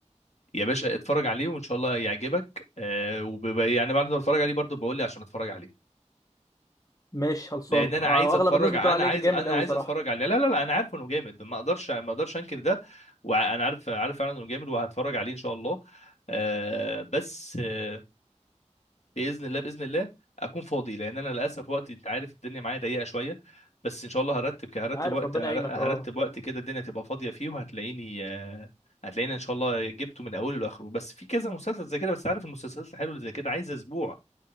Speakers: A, on the left; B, on the left.
A: يا باشا اتفرج عليه وان شاء الله يعجبك آه وب... يعني بعد ما اتفرج عليه برضه بقول لي عشان اتفرج عليه
B: مش خلصان
A: لان
B: آه،
A: انا عايز
B: واغلب
A: اتفرج
B: الناس بتقول
A: انا
B: عليه
A: عايز
B: جامد
A: انا
B: قوي
A: عايز
B: صراحه
A: اتفرج عليه لا لا لا انا عارف انه جامد ما اقدرش ما اقدرش انكر ده وانا عارف عارف فعلا انه جامد وهتفرج عليه ان شاء الله آه بس آه، باذن الله باذن الله اكون فاضي لان انا للاسف وقتي انت عارف الدنيا معايا ضيقه شويه بس ان شاء الله هرتب ك- هرتب
B: انا عارف
A: وقت
B: ربنا
A: هر-
B: يعينك
A: هرتب
B: اه
A: وقت كده الدنيا تبقى فاضيه فيه وهتلاقيني آه، هتلاقيني ان شاء الله جبته من اوله لاخره بس في كذا مسلسل زي كده بس عارف المسلسلات الحلوه اللي زي كده عايزه اسبوع